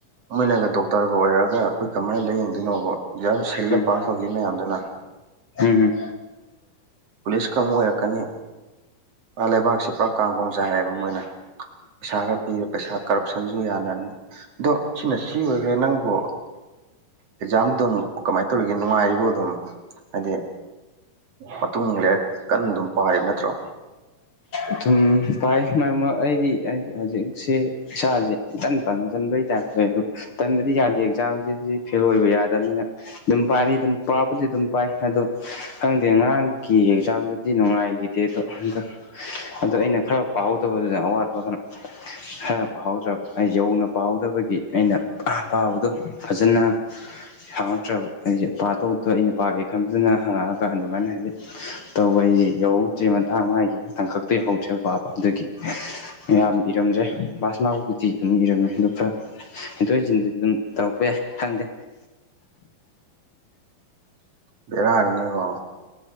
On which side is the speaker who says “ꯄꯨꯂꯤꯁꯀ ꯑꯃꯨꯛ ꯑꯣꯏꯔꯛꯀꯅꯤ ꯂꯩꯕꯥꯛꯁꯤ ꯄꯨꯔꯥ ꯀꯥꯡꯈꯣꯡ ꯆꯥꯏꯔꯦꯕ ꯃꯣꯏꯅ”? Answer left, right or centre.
Right